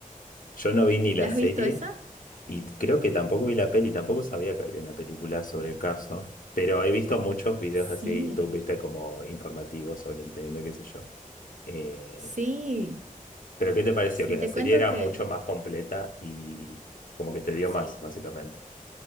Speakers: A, on the left; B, on the right.
A: Yo no vi ni la
B: ¿La has
A: serie
B: visto esa?
A: y creo que tampoco vi la peli, tampoco sabía que había una película sobre el caso, pero he visto muchos videos
B: Sí.
A: así de YouTube, viste, como informativos sobre el tema, qué sé yo. Eh,
B: Sí,
A: pero ¿qué te pareció?
B: sí,
A: Que la
B: te
A: serie
B: cuento
A: era
B: que,
A: mucho más completa y como que te dio
B: sí,
A: más, básicamente.